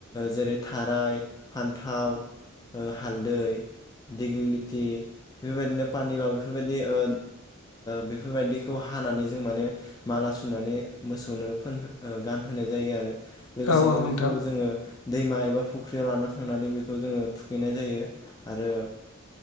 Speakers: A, on the left (about 20°); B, on the left (about 85°).
A: जेरै थाराय फान्थाव हालदै दिग्लिलिथि बेफोरबायदिनो पानिलाव बेफोरबायदि ओ बेफोरबायदिखौ हानानै जों माने माला सुनानै मोसौनो फोन ओ गानहोनाय जायो आरो। लोगोसेनो
B: औ औ नोंथां
A: बेखौ जोङो दैमा एबा फुख्रियाव लाना थांनानै बेखौ जोङो थुखैनाय जायो आरो